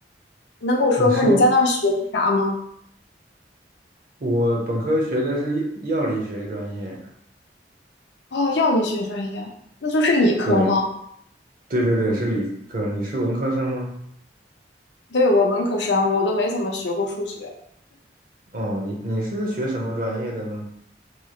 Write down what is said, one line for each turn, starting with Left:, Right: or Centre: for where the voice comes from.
Left: 能给我说说你在那儿学的啥吗？
Right: 你说，我本科学的是药药理学专业，
Left: 哦，药理学专业，那就是理科了。
Right: 对，对对对，是理科。你是文科生吗？
Left: 对，我文科生，我都没怎么学过数学。
Right: 哦，你你是学什么专业的呢？